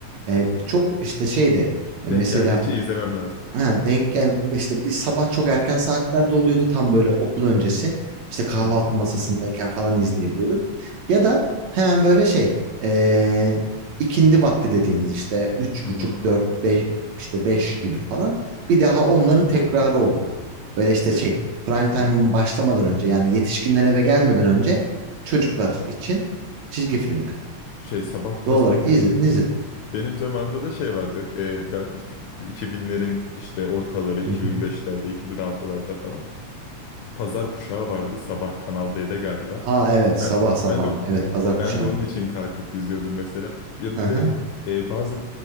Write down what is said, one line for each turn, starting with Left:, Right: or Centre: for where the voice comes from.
Right: E, çok işte şeyde e, mesela
Left: Denk geldikçe izlemem lazım.
Right: ha, denk gel işte bir sabah çok erken saatlerde oluyordu tam böyle okul öncesi. işte kahvaltı
Left: Hı hı.
Right: masasındayken falan
Left: Of.
Right: izleyebiliyorduk. Ya da hemen böyle şey e, ikindi vakti dediğimiz işte üç
Left: Hı
Right: buçuk
Left: hı.
Right: dört beş işte beş gibi falan bir daha onların tekrarı olurdu. Böyle işte
Left: Şey-
Right: şey prime time
Left: Hı hı.
Right: başlamadan önce yani yetişkinler eve gelmeden önce çocuklar için çizgi filmler.
Left: Şey sabah pas
Right: Doğal olarak
Left: ben de
Right: izledin izledin.
Left: benim zamanımda da şey vardı. E, ben şu 2000'lerin işte ortaları 2005'lerde
Right: Hı hı.
Left: 2006'larda falan pazar kuşağı vardı sabah Kanal D'de galiba.
Right: Aa evet sabah
Left: Ben
Right: sabah.
Left: ben de o-
Right: Evet
Left: <laughs>
Right: pazar
Left: ben
Right: kuşağı.
Left: de onun için kalkıp izliyordum mesela. Ya
Right: Aha,
Left: da bir de e, bazı